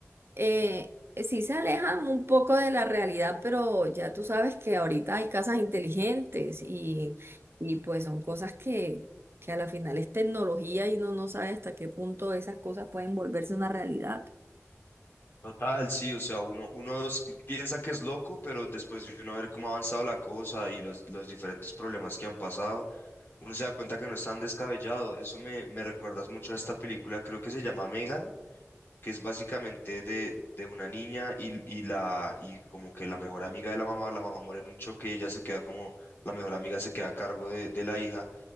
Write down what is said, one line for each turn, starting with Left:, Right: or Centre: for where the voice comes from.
Right: eh, sí se alejan un poco de la realidad, pero ya tú sabes que ahorita hay casas inteligentes y, y pues son cosas que, que a la final es tecnología y uno no sabe hasta qué punto esas cosas pueden volverse una realidad.
Left: Total, sí, o sea, uno, uno s- piensa que es loco, pero después de uno ver cómo ha avanzado la cosa y los, los diferentes problemas que han pasado, uno se da cuenta que no es tan descabellado. Eso me, me recuerdas mucho a esta película, creo que se llama Megan, que es básicamente de, de una niña y, y la y como que la mejor amiga de la mamá, la mamá muere en un choque y ella se queda como la mejor amiga se queda a cargo de, de la hija